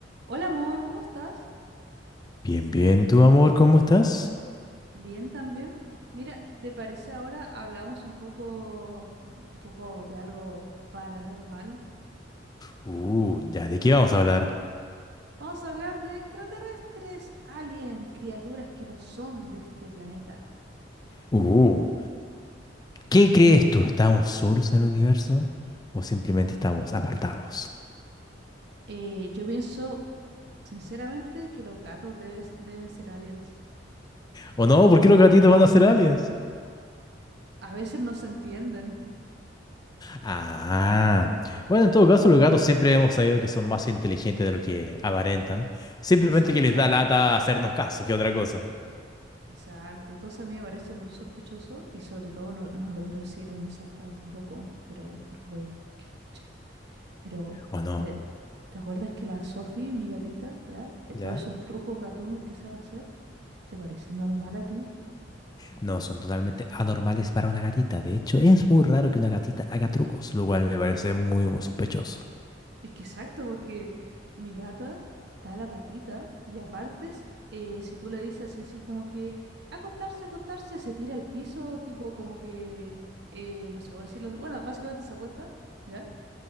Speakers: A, on the right; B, on the left.
A: Hola amor, ¿cómo estás?
B: Bien, bien. ¿Y tú, amor, cómo estás?
A: Bien también. Mira, ¿te parece ahora hablamos un poco, un poco de algo paranormal?
B: Uh, ya, ¿de qué vamos a hablar?
A: Vamos a hablar de extraterrestres, aliens, criaturas que no son de este planeta.
B: Uh, ¿qué crees tú? ¿Estamos solos en el universo? ¿O simplemente estamos apartados?
A: Eh, yo pienso, sinceramente, que los gatos debes- deben ser aliens.
B: ¿O no? ¿Por qué los gatitos van a ser aliens?
A: A veces no se entienden.
B: Ah, bueno, en todo caso, los gatos siempre hemos sabido que son más inteligentes de lo que aparentan. Simplemente
A: Exacto,
B: que les da lata hacernos caso, que otra cosa.
A: exacto. Entonces a mí me parece muy sospechoso y sobre todo no, no lo quiero decir en voz alta tampoco, pero porque puede, puede que lo escuche. Pero,
B: ¿O no?
A: eh, ¿te acuerdas que la Sophie, mi gatita, ya, eh,
B: ¿Ya?
A: todos esos trucos gatunos que sabe hacer, ¿te parece normal a ti?
B: No, son totalmente anormales para una gatita. De hecho, es muy raro que una gatita haga trucos, lo cual me parece muy, muy sospechoso.
A: Es que exacto, porque mi gata da la patita y aparte, s- eh, si tú le dices así como que acostarse, acostarse, se tira al piso, tipo como que, eh, no sé cómo decirlo, bueno, básicamente se acuesta, ¿ya?